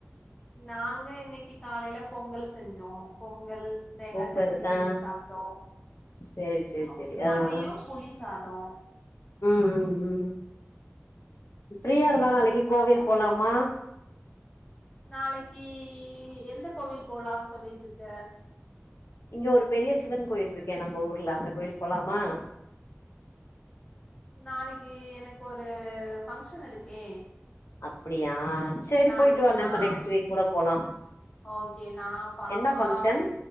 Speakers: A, on the left; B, on the left.
A: நாங்க இன்னைக்கு காலேல பொங்கல் செஞ்சோம் பொங்கல் தேங்காய்
B: சூப்பர்
A: சட்னி செஞ்சு
B: ஆ
A: சாப்ட்டோம்
B: சேரி சேரி
A: ம
B: சேரி
A: மதியம்
B: ஆ ஆ
A: புளி சாதம்
B: ம் ம் ம் ஃப்ரீயா இருந்தா நாளக்கி
A: சாதோ
B: கோவில் போலாமா
A: நாளைக்கி எந்த கோவில் போலாம் சொல்லிட்டிருக்க
B: இங்க ஒரு பெரிய சிவன் கோயில் இருக்கே நம்ம ஊர்ல அந்த கோயில்க்கு போலாமா
A: நாளைக்கி எனக்கு ஒரு ஃபக்ஷன் இருக்கே
B: அப்டியா சேரி
A: நாளைக்கு
B: போயிட்டு வா நம்ம
A: நான்
B: நெக்ஸ்ட் வீக் கூட போலா
A: ஓகே நான் பாப்பா
B: என்ன ஃபங்க்ஷன்